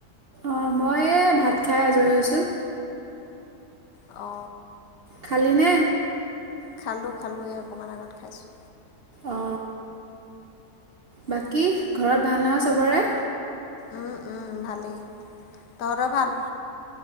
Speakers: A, on the right (about 60°); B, on the left (about 80°).
A: অ মই ভাত খাই আজৰি হৈছোঁ
B: অ
A: খালিনে?
B: খালোঁ খালো অকণমান আগত খাইছোঁ
A: অঁ বাকী ঘৰত ভাল নহয় চবৰে।
B: উম উম ভালেই। তহঁতৰ ভাল।